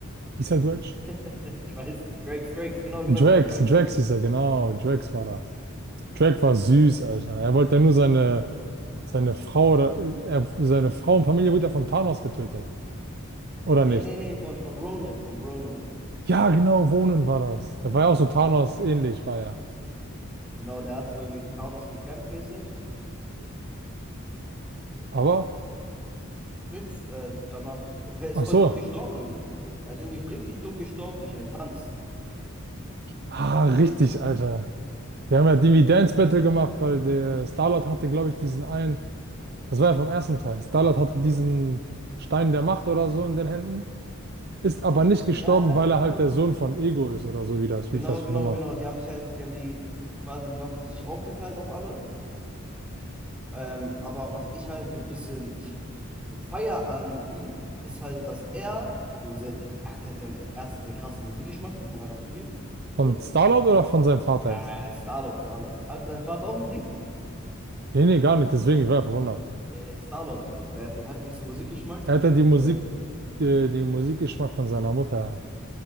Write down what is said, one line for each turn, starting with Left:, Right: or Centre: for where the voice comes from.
Right: Hieß er Dredge?
Centre: <laughs> Ich weiß nicht. Drax, Drax, genau, genau,
Right: Drax,
Centre: genau, Drax.
Right: Drax hieß er, genau. Drax war das. Drax war süß, Alter. Er wollte ja nur seine Seine Frau oder er, seine Frau und Familie wurde ja von Thanos getötet. Oder
Centre: Nee,
Right: nicht?
Centre: nee, nee, von, von Ronan, von Ronan.
Right: Ja, genau, Ronan war das. Der war ja auch so Thanos ähnlich, war ja.
Centre: Genau, der hat sogar gegen Thanos gekämpft mäßig.
Right: Aber,
Centre: nichts. Äh, danach, <laughs> er ist
Right: ach
Centre: voll
Right: so.
Centre: dumm gestorben irgendwie. Er ist irgendwie richtig dumm gestorben durch einen Tanz.
Right: Ah, richtig, Alter. Die haben ja irgendwie Dance Battle gemacht, weil der Star-Lord hatte, glaube ich, diesen einen, das war ja vom ersten Teil. Star-Lord hatte diesen Stein der Macht oder so in den Händen, ist aber nicht gestorben,
Centre: Ja,
Right: weil
Centre: genau,
Right: er halt der Sohn von Ego ist oder so, wie das,
Centre: genau,
Right: wie ich das
Centre: genau,
Right: nochmal.
Centre: genau. Die haben sich halt, die haben die quasi die Macht auf sich aufgeteilt auf alle. Ähm, aber was ich halt so ein bisschen so feier an ihm, ist halt, dass er so sein, er hat halt seinen, erstens den krassen Musikgeschmack, muss man einfach zugeben.
Right: Von
Centre: So.
Right: Star-Lord oder von seinem Vater
Centre: Ja,
Right: jetzt?
Centre: Star-Lord, Star-Lord. Hat <laughs> dein Vater auch Musik?
Right: Nee, nee, gar nicht, deswegen, ich war ja verwundert.
Centre: Nee, nee, Star-Lord. Also der hat den heftigsten Musikgeschmack.
Right: Er hat ja die Musik,
Centre: So,
Right: äh, den Musikgeschmack von seiner Mutter.